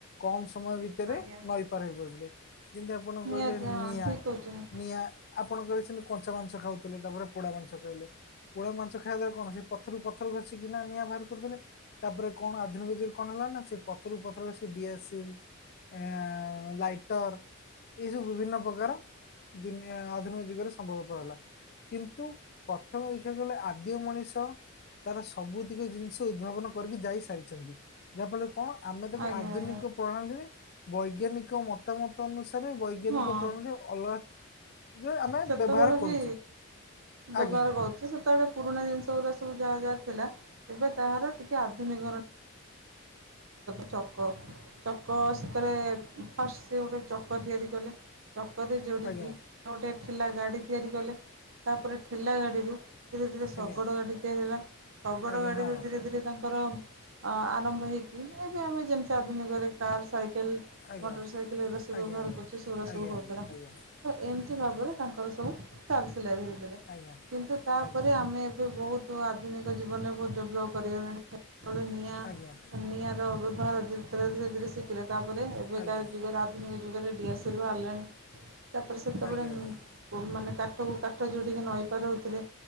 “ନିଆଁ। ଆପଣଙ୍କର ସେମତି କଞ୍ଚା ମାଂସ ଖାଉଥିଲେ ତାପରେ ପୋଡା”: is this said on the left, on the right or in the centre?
Left